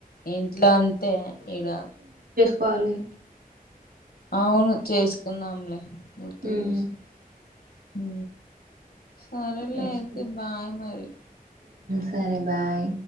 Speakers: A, on the left; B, on the right.
A: ఇంట్లో అంతే ఇడ
B: కాాలి
A: అవును చేసుకున్నాంలే గుర్తు
B: ఉమ్
A: చేసి హ సరేలే
B: చేసుకో
A: అయితే బాయి మరి
B: సరిే బాయ్